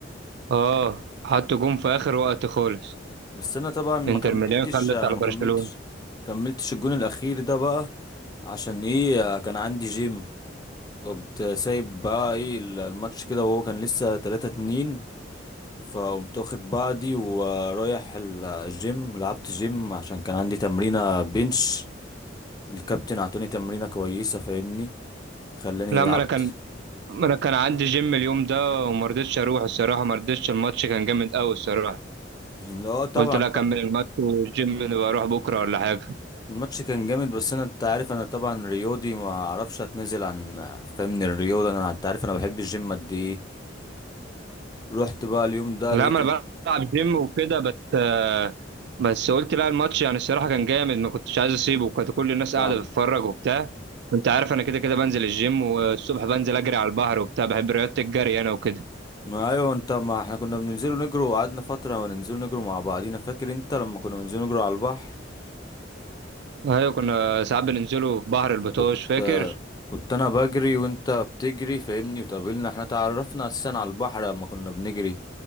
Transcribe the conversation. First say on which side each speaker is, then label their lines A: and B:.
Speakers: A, on the right (about 65°); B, on the left (about 20°).
A: اه حط جون في اخر وقت خالص
B: بس انا طبعا ما
A: انتر
B: كملتش
A: ميلان خلص
B: ما
A: على برشلونة
B: كملتش كملتش الجون الاخير ده بقى عشان ايه كان عندي جيم قمت سايب بقى ايه الماتش كده وهو كان لسه 3 2 فقمت واخد بعضي ورايح ال- الجيم لعبت جيم عشان كان عندي تمرينة بنش الكابتن اعطاني تمرينة كويسة فاهمني خلاني
A: لا
B: لعبت
A: ما انا كان ما انا كان عندي جيم اليوم ده وما رضيتش اروح الصراحة ما رضيتش الماتش كان جامد قوي الصراحة
B: لا طبعا
A: قلت لا اكمل الماتش والجيم نبقى اروح بكرة ولا حاجة
B: الماتش كان جامد بس انا انت عارف انا طبعا رياضي ما اعرفش اتنازل عن فاهمني الرياضه انا انت عارف انا بحب الجيم قد ايه رحت بقى اليوم ده
A: لا
B: لقيت
A: ما
B: ال-
A: انا بلعب جيم وكده بس آه، بس قلت لا الماتش يعني الصراحه كان جامد ما كنتش عايز اسيبه وكانت كل الناس
B: طبعا
A: قاعده بتتفرج وبتاع انت عارف انا كده كده بنزل الجيم والصبح بنزل اجري على البحر وبتاع بحب رياضه الجري انا وكده
B: ما ايوه انت ما احنا كنا بننزلوا نجروا وقعدنا فترة وننزلوا نجروا مع بعضينا فاكر انت لما كنا بننزلوا نجروا على البحر
A: ايوه كنا ساعات بننزلوا في بحر البطوش
B: كنت
A: فاكر
B: آه، كنت انا بجري وانت بتجري فاهمني وتقابلنا احنا تعرفنا اساسا على البحر لما كنا بنجري